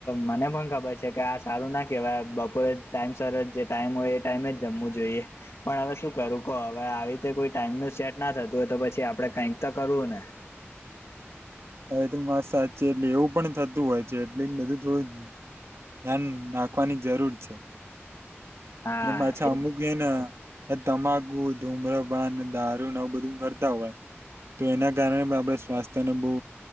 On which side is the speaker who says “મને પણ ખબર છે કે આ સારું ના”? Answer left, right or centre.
Left